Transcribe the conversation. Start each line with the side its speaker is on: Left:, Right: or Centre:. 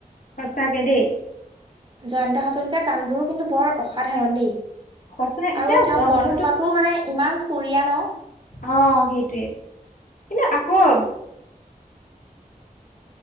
Left: সঁচাকে দেই।
Right: জয়ন্ত হাজৰিকীয়া, গানবোৰো কিন্তু বৰ অসাধাৰণ দেই,
Left: সঁচা এতিয়া
Right: আৰু তেওঁ
Left: কণ্ঠটো
Right: কণ্ঠট তোৰ, মানে ইমান সুৰীয়া ন।
Left: অ, সেইটোৱে, কিন্তু আকৌ